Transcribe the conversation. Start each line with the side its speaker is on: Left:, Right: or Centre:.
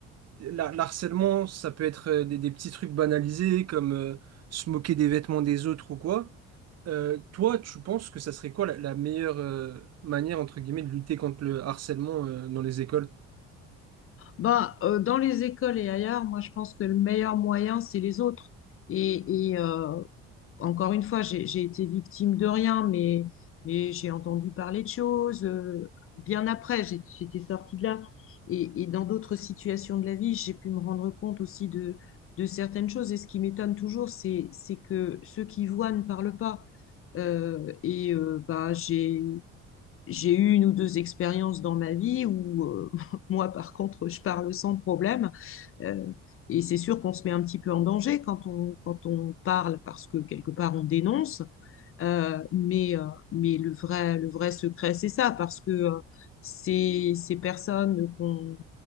Right: la- l'harcèlement, ça peut être euh, des, des petits trucs banalisés, comme euh, se moquer des vêtements des autres ou quoi. Euh, toi, tu penses que ça serait quoi la, la meilleure euh, manière, entre guillemets, de lutter contre le harcèlement euh, dans les écoles?
Left: Ben, euh, dans les écoles et ailleurs, moi, je pense que le meilleur moyen, c'est les autres. Et, et, euh, encore une fois, j'ai j'ai été victime de rien, mais, mais j'ai entendu parler de choses. euh, bien après, j'ai- j'étais sortie de là. Et, et dans d'autres situations de la vie, j'ai pu me rendre compte aussi de, de certaines choses. Et ce qui m'étonne toujours, c'est, c'est que ceux qui voient ne parlent pas. Euh, et euh, bah, j'ai, j'ai eu une ou deux expériences dans ma vie où euh, <laughs> moi, par contre, je parle sans problème. Euh, et c'est sûr qu'on se met un petit peu en danger quand on, quand on parle parce que quelque part on dénonce. Euh, mais euh, mais le vrai, le vrai secret, c'est ça, parce que euh, ces, ces personnes qu'on